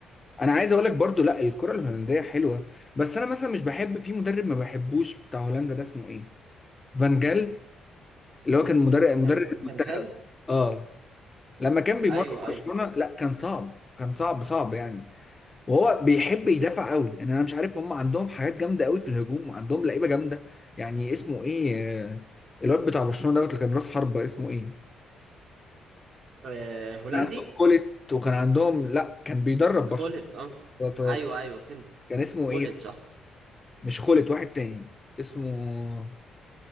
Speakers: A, on the left (about 25°); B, on the right (about 55°).
A: انا عايز اقول لك برضو لا الكره الهولنديه حلوه بس انا مثلا مش بحب في مدرب ما بحبوش بتاع هولندا ده اسمه ايه فان جال اللي هو كان مدرب مدرب
B: فان-
A: المنتخب
B: فانخال
A: اه لما كان بيمرن
B: أيوه أيوه
A: برشلونه لا كان صعب كان صعب صعب يعني وهو بيحب يدافع قوي يعني انا مش عارف هم عندهم حاجات جامده قوي في الهجوم وعندهم لعيبه جامده يعني اسمه ايه آه، الواد بتاع برشلونه دوت اللي كان راس حربه اسمه ايه
B: آه، هولندي
A: كان عندهم كولت وكان عندهم لا كان بيدرب
B: خلت أه
A: برشلونه
B: أيوه أيوه فهمت
A: كان اسمه
B: خلت
A: ايه
B: صح
A: مش خولت واحد تاني اسمه